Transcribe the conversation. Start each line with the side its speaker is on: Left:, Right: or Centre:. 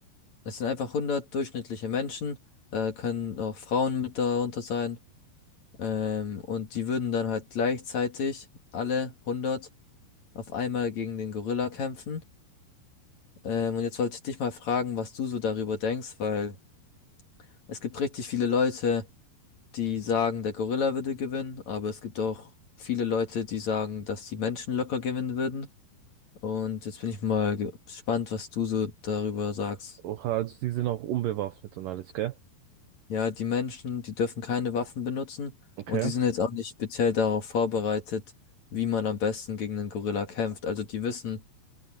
Left: es sind einfach hundert durchschnittliche Menschen, da können auch Frauen mit darunter sein. Ähm, und die würden dann halt gleichzeitig alle hundert auf einmal gegen den Gorilla kämpfen. Ähm, und jetzt wollte ich dich mal fragen, was du so darüber denkst, weil es gibt richtig viele Leute, die sagen, der Gorilla würde gewinnen, aber es gibt auch viele Leute, die sagen, dass die Menschen locker gewinnen würden. Und jetzt bin ich mal gespannt, was du so darüber sagst.
Right: Oha, also die sind auch unbewaffnet und alles, gell?
Left: Ja, die Menschen, die dürfen keine Waffen benutzen
Right: Okay.
Left: und die sind jetzt auch nicht speziell darauf vorbereitet, wie man am besten gegen einen Gorilla kämpft. Also die wissen,